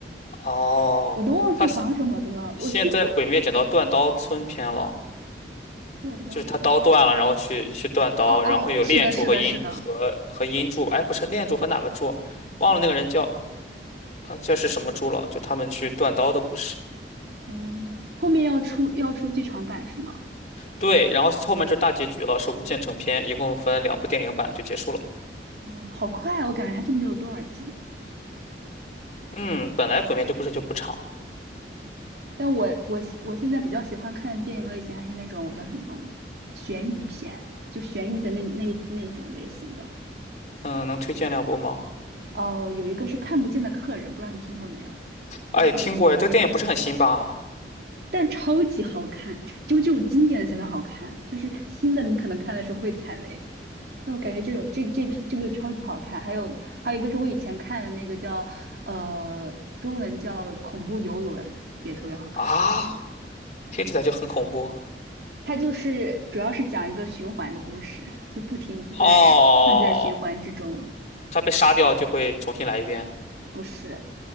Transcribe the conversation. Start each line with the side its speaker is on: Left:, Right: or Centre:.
Left: 哦，
Right: 我都忘记讲什么的了。
Left: 它现
Right: 我记我
Left: 现在《鬼灭》讲到断刀村篇了，
Right: 断刀村，
Left: 就是他刀断了，然后去去断刀，
Right: 哦哦，
Left: 然后有炼柱和阴和和阴柱吧？
Right: 是的，是的，是的，
Left: 哎，不是炼柱和哪个柱？忘了那个人叫这是什么猪了？就他们去断刀的故事。
Right: 嗯，后面要出要出剧场版是吗？
Left: 对，然后后面就大结局了，是无限成片，一共分两部电影版就结束了。
Right: 哦，好快啊，我感觉它就没有多少集。
Left: 嗯，本来《鬼灭》这故事就不长，
Right: 但我我喜我现在比较喜欢看的电影类型还是那种叫什么悬疑片，就悬疑的那那那种类型的。
Left: 嗯，能推荐两部吗？
Right: 哦、有一个是看不见的客人，不知道你听过没有？就是
Left: 哎，听过哎，这电影不是很新吧？
Right: 但超级好看，就这种经典的才叫好看，就是新的你可能看的时候会踩雷。但我感觉这种这这批这个超级好看，还有还有一个是我以前看的那个叫呃中文叫恐怖游轮，也特别好看。
Left: 啊，听起来就很恐怖。
Right: 它就是主要是讲一个循环的故事，就不停的在困在循环之中，
Left: 哦，他被杀掉就会重新来一遍，
Right: 不是。